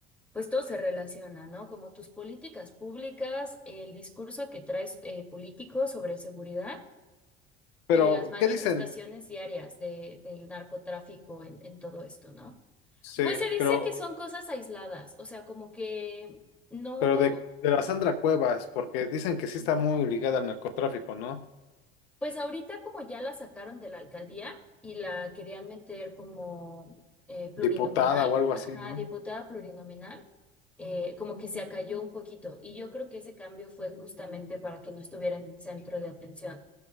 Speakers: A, in the centre; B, on the left.
A: pues todo se relaciona, ¿no? Como tus políticas públicas, el discurso que traes eh, político sobre seguridad
B: pero,
A: y las manifestaciones
B: ¿qué dicen?
A: diarias de, del narcotráfico en, en todo esto, ¿no?
B: Sí,
A: Pues se dice
B: pero,
A: que son cosas aisladas, o sea, como que no.
B: pero de, de la Sandra Cuevas, porque dicen que sí está muy ligada al narcotráfico, ¿no?
A: Pues ahorita como ya la sacaron de la alcaldía y la querían meter como eh, plurinominal,
B: Diputada o algo
A: ajá,
B: así, ¿no?
A: diputada plurinominal, eh, como que se acalló un poquito. Y yo creo que ese cambio fue justamente para que no estuviera en el centro de atención,